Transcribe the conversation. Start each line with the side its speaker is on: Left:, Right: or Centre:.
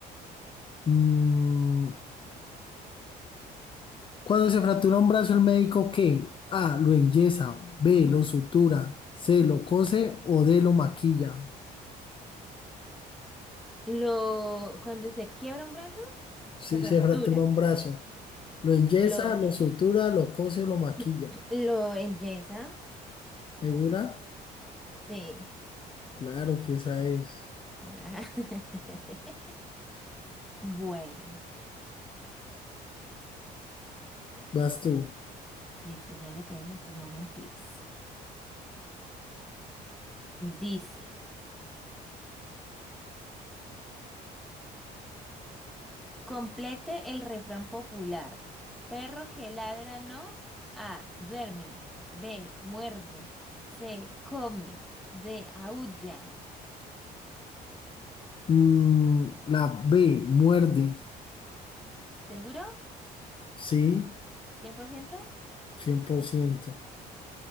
Left: Mm, cuando se fractura un brazo, el médico qué? A, lo enyesa, B, lo sutura, C, lo cose o D, lo maquilla.
Centre: Lo, cuando se quiebra un brazo,
Left: Si
Centre: se fractura.
Left: se fractura un brazo, lo enyesa,
Centre: Lo,
Left: lo sutura, lo cose o lo maquilla.
Centre: <clears throat> lo enyesa,
Left: ¿Segura?
Centre: sí.
Left: Claro que esa es.
Centre: Ah, <laughs> Bueno,
Left: Vas tú.
Centre: listo, ya le pregunto, moment, please. Dice, complete el refrán popular. Perro que ladra no. A, duerme. B, muerde. C, come. D, aúlla.
Left: Mm, la B, muerde.
Centre: ¿Seguro?
Left: Sí,
Centre: ¿100%?
Left: cien por ciento,